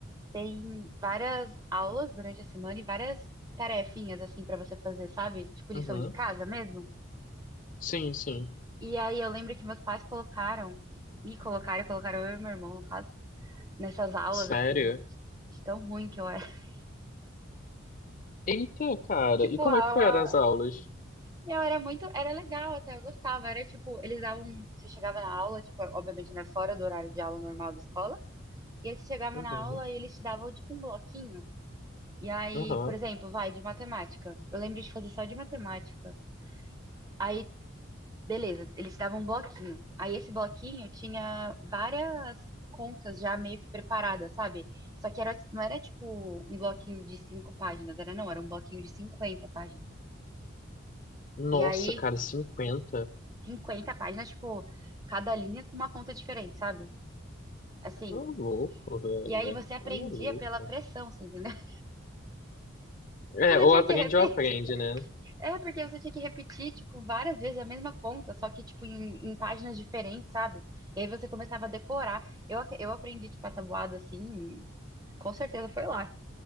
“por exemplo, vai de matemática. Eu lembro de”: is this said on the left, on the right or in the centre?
Right